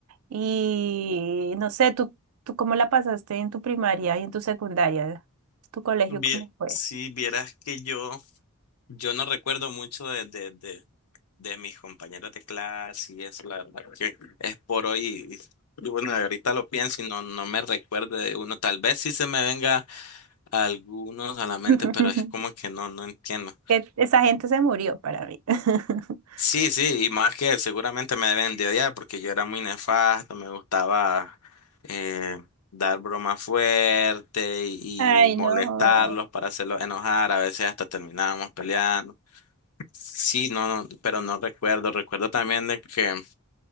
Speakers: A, on the right; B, on the left.
A: Y no sé, ¿tú, tú cómo la pasaste en tu primaria y en tu secundaria? ¿Tu colegio
B: Bien,
A: cómo fue?
B: si vieras que yo, Yo no recuerdo mucho de, de, de, de mis compañeros de clase y eso, la verdad que es por hoy. Y, y bueno, ahorita lo pienso y no, no me recuerdo de uno. Tal vez sí se me venga algunos a la mente,
A: <laughs>
B: pero es como que no, no entiendo.
A: que esa gente se murió para mí. <laughs>
B: Sí, sí, y más que seguramente me deben de odiar porque yo era muy nefasto, me gustaba eh, dar bromas fuertes y,
A: Ay,
B: y molestarlos
A: no.
B: para hacerlos enojar, a veces hasta terminábamos peleando. Sí, no, no, pero no recuerdo, recuerdo también de que